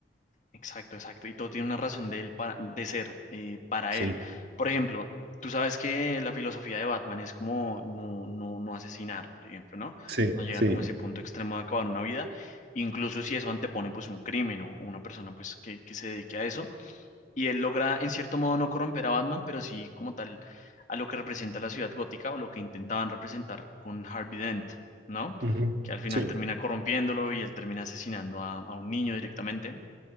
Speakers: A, on the left; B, on the right.
A: exacto, exacto. Y todo tiene una razón de, él pa- de ser eh, para
B: Sí,
A: él. Por ejemplo, tú sabes que la filosofía de Batman es como no, no, no asesinar, por ejemplo, ¿no?
B: sí,
A: No llegar
B: sí.
A: como a ese punto extremo de acabar una vida, incluso si eso antepone pues un crimen o una persona pues que, que se dedique a eso y él logra en cierto modo no corromper a Batman, pero sí como tal a lo que representa la ciudad gótica o lo que intentaban representar con Harvey Dent, ¿no?
B: Ujú.
A: Que al final
B: Sí,
A: termina corrompiéndolo y él termina asesinando a, a un niño directamente.